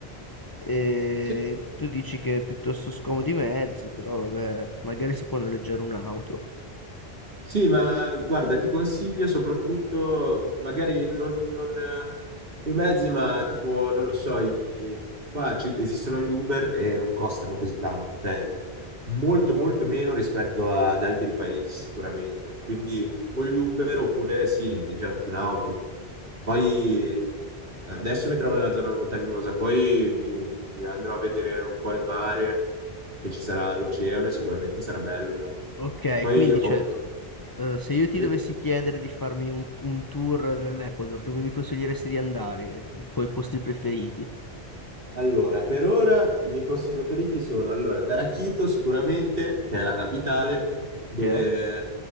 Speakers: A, on the left (about 25°); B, on the right (about 60°).
A: E
B: sì,
A: tu dici che è piuttosto scomodo i mezzi, però vabbè, magari si può noleggiare un'auto.
B: Sì, ma guarda, ti consiglio soprattutto, magari non, non, eh, i mezzi, ma tipo, non lo so, i- qua ci- esistono gli Uber e non costano così tanto, cioè molto molto meno rispetto ad altri paesi sicuramente. Quindi o gli Uber oppure sì, noleggiarti un'auto. Poi adesso mi trovo nella zona montagnosa, poi mi, mi andrò a vedere un po' il mare, che ci sarà l'oceano e sicuramente sarà bello là.
A: Ok,
B: Poi
A: quindi
B: ho
A: c'è.
B: un-
A: Eh, se io ti
B: sì.
A: dovessi chiedere di farmi un, un tour dell'Ecuador, dove mi consiglieresti di andare? I tuoi posti preferiti?
B: Allora, per ora i miei posti preferiti sono allora, andare a Quito sicuramente, che è la capitale,
A: Ok.
B: dove